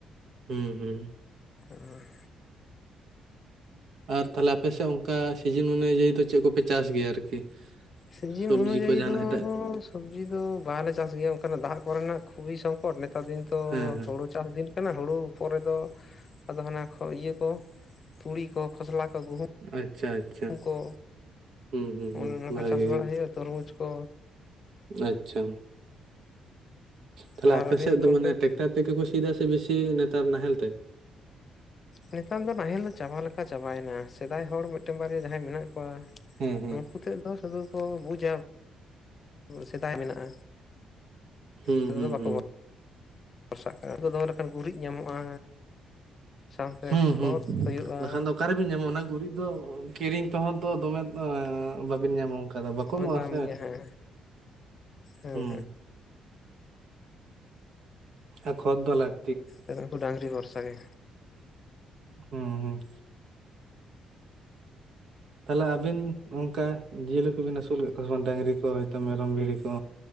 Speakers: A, on the right (about 65°); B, on the left (about 45°).
A: ᱦᱩᱸ ᱦᱩᱸ
B: ᱦᱮᱻ
A: ᱟᱨ ᱛᱟᱦᱞᱮ ᱟᱯᱮ ᱥᱮᱫ ᱚᱱᱠᱟ ᱥᱤᱡᱤᱱ ᱱᱤᱭᱮ ᱫᱚ ᱪᱮᱫ ᱠᱚᱯᱮ ᱪᱟᱥ ᱜᱮᱭᱟ ᱟᱨᱠᱤ?
B: ᱥᱤᱡᱤᱱ
A: ᱥᱚᱵᱽᱡᱤ
B: ᱚᱱᱩᱡᱟᱭᱤ
A: ᱠᱚ ᱡᱟᱦᱟᱱᱟᱜ
B: ᱫᱚ
A: ᱮᱴᱟᱜ
B: ᱥᱚᱵᱽᱡᱤ ᱫᱚ ᱵᱟᱞᱮ ᱪᱟᱥ ᱜᱮᱭᱟ ᱚᱱᱠᱟ ᱫᱟᱜ ᱠᱚᱨᱮᱱᱟᱜ ᱠᱷᱩᱵᱤ ᱥᱚᱝ ᱠᱚᱴ ᱱᱮᱛᱟᱨ ᱫᱤᱱ ᱛᱚ
A: ᱦᱮᱸ ᱦᱮᱸ
B: ᱦᱩᱲᱩ ᱪᱟᱥ ᱫᱤᱱ ᱠᱟᱱᱟ ᱦᱩᱲᱩ ᱯᱚᱨᱮ ᱫᱚ ᱟᱫᱚ ᱦᱟᱱᱮ ᱤᱭᱟᱹ ᱠᱚ ᱛᱩᱲᱤ ᱠᱚ ᱠᱷᱚᱥᱞᱟ ᱠᱚ ᱜᱩᱦᱩᱢ
A: ᱟᱪᱪᱷᱟ ᱟᱪᱪᱷᱟ
B: ᱩᱱᱠᱩ
A: ᱦᱩᱸ ᱦᱩᱸ ᱦᱩᱸ
B: ᱚᱱᱟ
A: ᱵᱷᱟᱜᱮ
B: ᱠᱚ ᱪᱟᱥ ᱵᱟᱲᱟᱭ
A: ᱜᱮ
B: ᱦᱩᱭᱩᱜᱼᱟ ᱛᱚ ᱛᱚᱨᱢᱩᱡᱽ ᱠᱚ
A: ᱟᱪᱪᱷᱟ ᱛᱟᱦᱞᱮ
B: ᱟᱨ
A: ᱟᱯᱮ
B: ᱟᱹᱞᱤᱧ
A: ᱥᱮᱫ ᱫᱚ
B: ᱚᱱᱛᱮ
A: ᱢᱟᱱᱮ ᱴᱮᱠᱴᱟᱨ ᱛᱮᱜᱮ ᱠᱚ ᱥᱤᱫᱟ ᱥᱮ ᱵᱮᱥᱤ ᱱᱮᱛᱟᱨ ᱱᱟᱦᱮᱞ ᱛᱮ?
B: ᱱᱮᱛᱟᱨ ᱫᱚ ᱱᱟᱦᱮᱞ ᱫᱚ ᱪᱟᱵᱟ ᱞᱮᱠᱟ ᱪᱟᱵᱟᱭᱮᱱᱟ ᱥᱮᱫᱟᱭ ᱦᱚᱲ ᱢᱤᱫᱴᱮᱱ ᱵᱟᱨᱭᱟ ᱡᱟᱦᱟᱸᱭ ᱢᱮᱱᱟᱜ ᱠᱚᱣᱟ
A: ᱦᱮᱸ ᱦᱮᱸ
B: ᱩᱱᱠᱩ ᱛᱮᱫ ᱫᱚ ᱥᱩᱫᱷᱩ ᱠᱚ ᱵᱩᱡᱟ ᱥᱮᱫᱟᱭ ᱢᱮᱱᱟᱜᱼᱟ
A: ᱦᱩᱸ
B: ᱱᱤᱛᱚᱜ
A: ᱦᱩᱸ
B: ᱫᱚ ᱵᱟᱠᱚ
A: ᱦᱩᱸ
B: <unintelligible> ᱫᱚᱦᱚ ᱞᱮᱠᱷᱟᱱ ᱜᱩᱨᱤᱡ ᱧᱟᱢᱚᱜᱼᱟ ᱥᱟᱶᱛᱮ
A: ᱦᱮᱸ
B: ᱠᱷᱚᱛ
A: ᱦᱩᱸ
B: ᱦᱩᱭᱩᱜᱼᱟ
A: ᱵᱟᱠᱷᱟᱱ ᱫᱚ ᱚᱠᱟᱨᱮᱵᱤᱱ ᱧᱟᱢᱚᱜᱼᱟ ᱚᱱᱟ ᱜᱩᱨᱤᱡ ᱫᱚ ᱠᱤᱨᱤᱧ ᱛᱮᱦᱚᱸ ᱫᱚ ᱫᱚᱢᱮ ᱵᱟᱵᱤᱱ ᱧᱟᱢᱟ ᱚᱱᱠᱟ ᱟᱫᱚ ᱵᱟᱠᱚ
B: ᱫᱚᱢᱮ
A: ᱮᱢᱚᱜ
B: ᱫᱟᱢ
A: ᱟ ᱥᱮ
B: ᱜᱮᱭᱟ ᱦᱮᱸ ᱦᱮᱸ
A: ᱦᱩᱸ ᱮ ᱠᱷᱚᱛ ᱫᱚ ᱞᱟᱜ
B: ᱞᱮᱭ ᱫᱟ. ᱧ ᱩᱱᱠᱩ ᱰᱟᱝᱨᱤ ᱵᱷᱚᱨᱥᱟ ᱜᱮ
A: ᱦᱩᱸ ᱦᱩᱸ ᱛᱟᱦᱚᱞᱮ ᱟᱹᱵᱤᱱ ᱚᱱᱠᱟ ᱡᱤᱭᱟᱹᱞᱤ ᱠᱚᱵᱤᱱ ᱟᱹᱥᱩᱞ ᱟᱠᱟᱫ ᱠᱚᱣᱟ ᱥᱮ ᱵᱟᱝ ᱰᱟᱝᱨᱤ ᱠᱚ ᱦᱚᱭᱛᱚ ᱢᱮᱨᱚᱢ ᱵᱷᱤᱲᱤ ᱠᱚ?